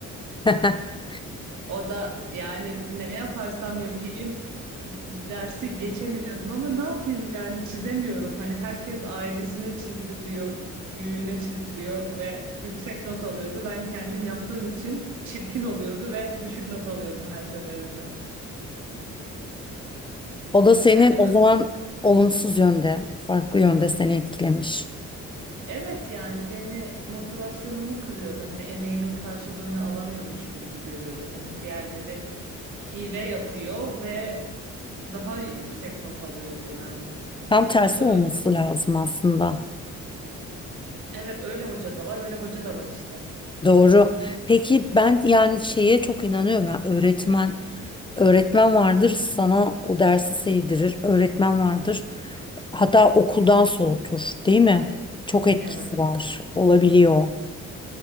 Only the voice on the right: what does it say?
O da yani ne yaparsam yapayım dersi geçemiyordum ama ne yapayım yani çizemiyorum. Hani herkes ailesine çizdiriyor, büyüğüne çizdiriyor ve yüksek not alıyordu. Ben kendim yaptığım için çirkin oluyordu ve düşük not alıyordum her seferinde.
Yani ö-
evet yani beni motivasyonumu kırıyordu. Hani emeğimin karşılığını alamıyormuşum gibi görüyordum. Hani diğerleri hile yapıyor ve daha yüksek not alıyordu yani.
Hani ö-
Evet öyle hoca da var, öyle hoca da var işte.
Evet,